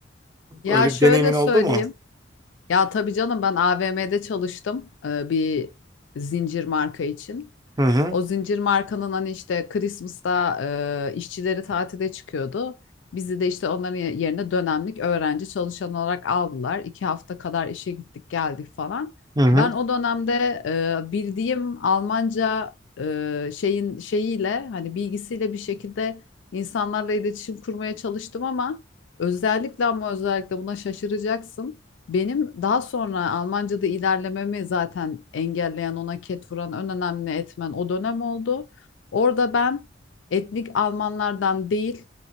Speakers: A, on the left; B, on the right.
A: Ya
B: Öyle
A: şöyle
B: bir deneyimin oldu
A: söyleyeyim.
B: mu?
A: Ya tabii canım ben AVM'de çalıştım e, bir zincir marka için.
B: Hı hı,
A: O zincir markanın hani işte Christmas'ta e, işçileri tatile çıkıyordu. Bizi de işte onların ye- yerine dönemlik öğrenci çalışan olarak aldılar. İki hafta kadar işe gittik geldik falan.
B: hı hı,
A: Ben o dönemde e, bildiğim Almanca e, şeyin şeyiyle hani bilgisiyle bir şekilde insanlarla iletişim kurmaya çalıştım ama özellikle ama özellikle buna şaşıracaksın. Benim daha sonra Almanca'da ilerlememi zaten engelleyen, ona ket vuran en önemli etmen o dönem oldu. Orada ben etnik Almanlardan değil,